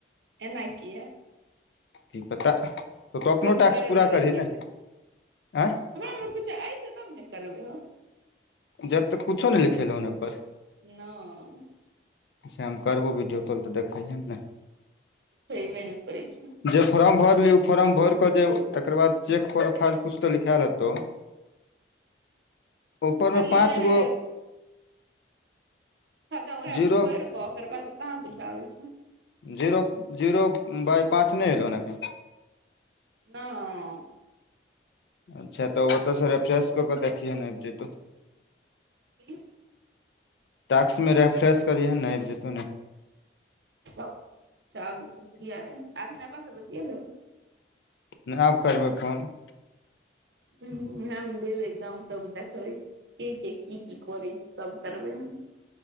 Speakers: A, on the right; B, on the left.
A: एना कीयै
B: कि पता तू अपनो
A: फोन
B: टास्क
A: करै
B: पूरा
A: वला
B: करही ने
A: के,
B: आँय
A: हमरा मे कुछ अयते तब नऽ करबै हो
B: जबतक कुछो नहि लिखेलौहन ओइ पर
A: नई
B: हम करबो वीडियो कॉल तऽ देखैहि नऽ
A: हेबै ने करै छै
B: जे फरम भरलीही ओ फरम भैर के जे तकर बाद चेक फाइल कुछ तो लिखायल हेतौ उपरमे
A: खाली
B: पाँच
A: वैह
B: गो
A: हं त उएह
B: जीरो
A: भैर कऽ ओकर बाद कहाँ कुछो आबै छै
B: जीरो जीरो बाइ पाँच नहि एलो हन एखन
A: नइ
B: अच्छा तऽ ओतऽ सऽ रेफ्रेश कऽ कऽ देखियैन औतै तऽ
A: <unintelligible>
B: टास्क मे रेफ्रेश करयहे ने आबि जेतौ नऽ
A: <unintelligible>
B: नहि आब करबै फोन
A: हू हम देबै गाँव तब देखबै के के की की करै छै तब करबै हम